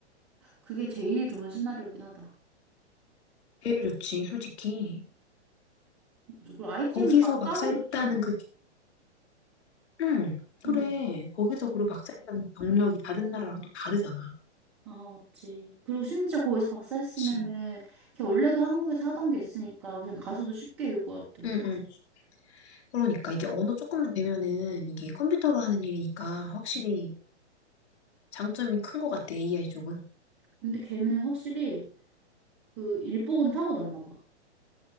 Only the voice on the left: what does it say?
제일 좋지, 솔직히.
거기서 박사했다는
그 응, 그래.
거기서 그리고 박사했다는 경력이 다른 나라랑 또 다르잖아.
그치.
응, 응. 그러니까 이게 언어 조금만 되면은 이게
컴퓨터로 하는 일이니까 확실히
장점이 큰 것 같아, AI 쪽은.